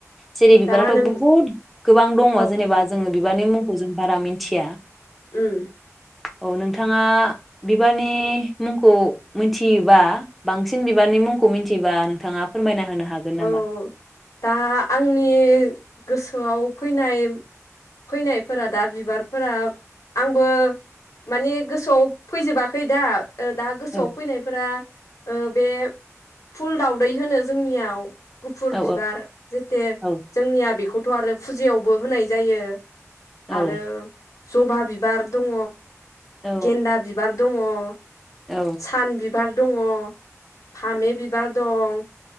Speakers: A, in the centre; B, on the left (about 75°).
A: जेरै बिबाराथ
B: दा नों
A: बहुत गोबां दङ,
B: औ
A: जेनेबा जोङो बिबारनि मुंखौ जों बारा मि थिया।
B: ओम।
A: औ नोंथाङा बिबारनि मुंखौ मिथियोबा बांसिन बिबारनि मुंखौ मिथियोबा नोंथाङा फोरमायना होनो हागोन नामा?
B: औ दा आंनि। गोसोआव फैनाय फैनायफोरा दा बिबारफोरा आंबो माने गोसोआव फैजोबाखै दा ओ दा गोसोआव
A: औ
B: फैनायफोरा। ओ बे फुल दावदै होनो जोंनियाव। गुफुर
A: औ
B: बिबार जेते
A: औ
B: जोंनिया बेखौ थ आरो फुजायावबो होनाय जायो।
A: औ
B: आरो। जबा बिबार दङ
A: औ
B: गेन्दा बिबार दङ <inaudible>
A: औ
B: सान बिबार दङ फामे बिबार दं